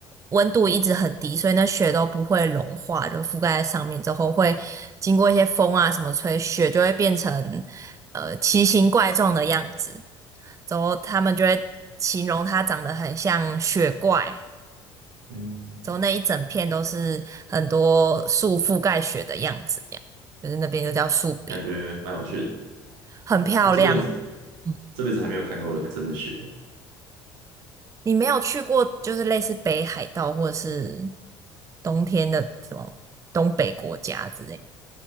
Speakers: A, on the right (about 25°); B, on the right (about 85°).
A: 温度一直很低，所以那雪都不会融化，就覆盖在上面之后，会经过一些风啊什么吹，雪就会变成呃奇形怪状的样子，之后他们就会形容它长得很像雪怪。
B: 嗯，
A: 走那一整片都是很多树覆盖雪的样子，这样就是那边就叫树壁，
B: 感觉蛮有趣的。
A: 很漂亮。
B: 我这辈子
A: 嗯，
B: 这辈子还没有看过真的雪，
A: 你没有去过就是类似北海道或者是冬天的什么东北国家之类的